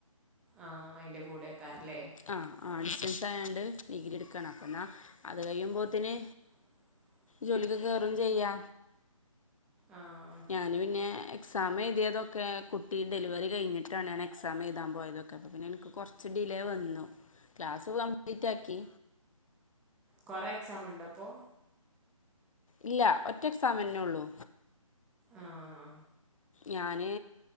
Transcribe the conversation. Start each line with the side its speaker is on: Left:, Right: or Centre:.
Centre: ആഹ് അയിന്റെ കൂടെയക്കാരല്ലേ?
Left: ആഹ് ആഹ് ഡിസ്റ്റൻസ് ആയാണ്ട് ഡിഗ്രി എടുക്കുയാണ് അപ്പ എന്നാ അത് കഴിയുമ്പോത്ത്ന്
Centre: <unintelligible>
Left: ജോലിക്ക് കേറും ചെയ്യ.
Centre: ആഹ്
Left: ഞാന് പിന്നെ എക്സാം എഴുതിയതൊക്കെ കുട്ടി ഡെലിവറി കഴിഞ്ഞിട്ടാണ് ഞാ എക്സാം എഴുതൻ പോയതൊക്കെ അപ്പോൾ പിന്നെ എനിക്ക് കൊർ ച്ച് ഡിലേ വന്നു ക്ലാസ് കംപ്ലീറ്റ് ആക്കി
Centre: കൊറ എക്സാമ്ടോ അപ്പോ?
Left: ഇല്ല ഒറ്റെ എക്സാമന്നെള്ളൂ.
Centre: ആഹ്
Left: ഞാന്